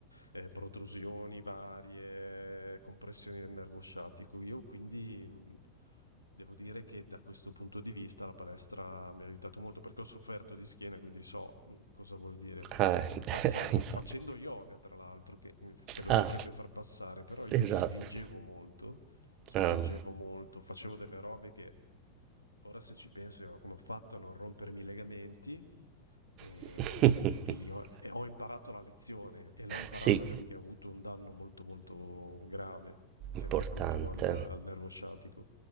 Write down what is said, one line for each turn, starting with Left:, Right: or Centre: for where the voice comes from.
Left: eh, protrusioni varie, compressioni del nervo sciatico. Io quindi mh, devo dire che da questo punto di vista la palestra mi ha aiutato molto perché ho sofferto di schiena, quindi so mh, cosa vuol dire
Right: Ah,
Left: in passato,
Right: <laughs> infatti.
Left: facendo yoga tra l'altro, che mh, te lo
Right: Ah,
Left: dovrebbe far passare, però io
Right: esatto.
Left: li spingevo molto, spingevo
Right: Ah.
Left: molto, facevo delle robe che Ora se ci penso, io come ho fatto a non rompermi i legamenti eh,
Right: <laughs>
Left: e, li ho, e ho imparato la lezione e l'ho imparata
Right: Sì,
Left: perché ho avuto un danno molto molto grave, sempre
Right: Importante.
Left: appunto al, al nervo sciatico.